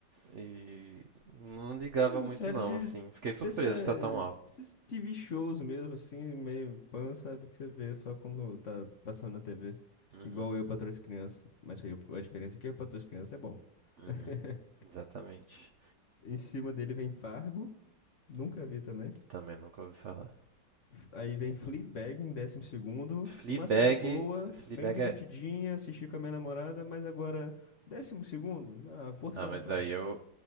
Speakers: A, on the right; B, on the left.
A: e não ligava
B: É uma
A: muito
B: série
A: não,
B: de
A: assim. Fiquei surpreso
B: dessa,
A: de estar tão alto.
B: esses TV shows mesmo, assim, meio pan, sabe? Que você vê só quando tá passando na TV.
A: Uhum,
B: Igual eu patroa e as crianças. Mas foi eu- a diferença é que eu patroa e as crianças é bom.
A: uhum.
B: <laughs>
A: Exatamente.
B: Em cima dele vem Fargo, nunca vi também.
A: Também nunca ouvi falar.
B: Aí vem Fleabag em décimo segundo.
A: Fleabag,
B: Uma série boa,
A: Fleabag
B: bem divertidinha,
A: é
B: assisti com a minha namorada, mas agora, décimo segundo? Ah, forçar
A: Ah, mas
B: a barra.
A: aí eu.